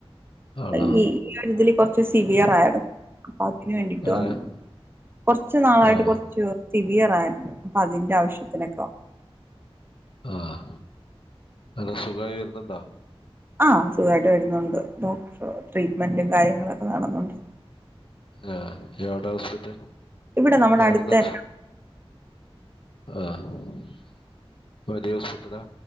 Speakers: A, on the left; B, on the right.
A: ആണോ
B: ഈ ഈ കഴുതിൽ കുറച്ച് സിവിയർ ആയിരുന്നു അപ്പൊ അതിന് വേണ്ടിട്ട്
A: ഏഹ്
B: വന്നു കുറച്ചു നാളായിട്ട്
A: ആഹ്
B: കുറച്ച് സിവിയറ ആയിരുന്നു അപ്പൊ അതിന്റെ ആവശ്യത്തിനൊക്കെ
A: ആഹ അനെ സുഖമായി വരുന്നുണ്ടോ
B: ആഹ സുഖമായിട്ട് വരുന്നുണ്ട് ഡോക്ടർ ട്രീറ്റ്മെന്റും കാര്യങ്ങളൊക്കെ നടന്നണ്ട്
A: ആഹ് എവിടെ ഹോസ്പിറ്റൽ
B: ഇവിടെ നമ്മുടെ
A: എവിടെന്ന്
B: അടുത്ത്
A: ആഹലിയ ഹോസ്പിറ്റലാ